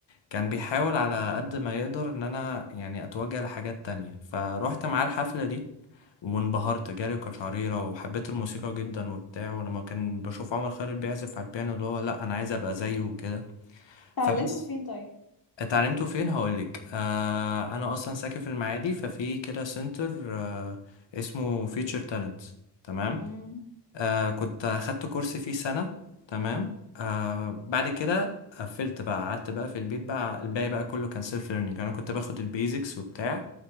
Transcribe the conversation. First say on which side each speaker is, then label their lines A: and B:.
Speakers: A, on the left (about 85°); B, on the left (about 55°).
A: كان بيحاول على قد ما يقدر ان انا يعني اتوجه لحاجات تانية فروحت معاه الحفلة دي وانبهرت جالي قشعريرة وحبيت الموسيقى جدا وبتاع ولما كان بشوف عمر خيرت بيعزف على البيانو اللي هو لا انا عايز ابقى زيه وكده
B: اتعلمته
A: فبس
B: فين
A: اتعلمته فين هقولك آه انا اصلا ساكن في المعادي ففي كده سنتر آه اسمه فيوتشر تالنت تمام
B: طيب
A: آه كنت اخدت كورس فيه سنة تمام آه بعد كده قفلت بقى قعدت بقى في البيت بقى الباقي بقى كله كان سيلف ليرنينج انا كنت باخد البيزكس وبتاع